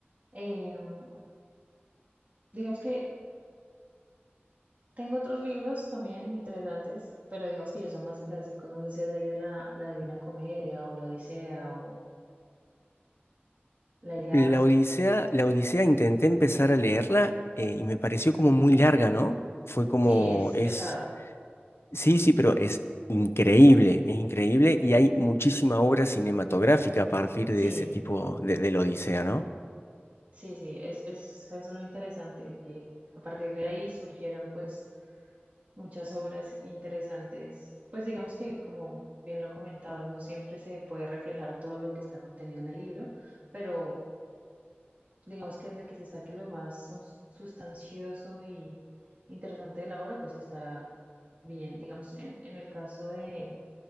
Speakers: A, on the right; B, on the left.
A: Em, digamos que tengo otros libros también interesantes, pero digamos que ellos son más clásicos. No sé si has leído la, la Divina Comedia o la Odisea o la Ilíada.
B: La Odisea, la Odisea intenté empezar a leerla eh, y me pareció como muy larga, ¿no? Fue como
A: Sí, es
B: es,
A: pesada.
B: sí, sí, pero es increíble, es increíble y hay muchísima obra cinematográfica a partir de
A: Sí,
B: ese tipo de, de la Odisea, ¿no?
A: sí, sí, es, es eso es lo interesante de que a partir de ahí surgieron pues muchas obras interesantes. Pues digamos que, como bien lo comentabas, no siempre se puede reflejar todo lo que está contenido en el libro, pero digamos que desde que se saque lo más sus- sustancioso y interesante de la obra, pues está bien. Digamos, en, en el caso de,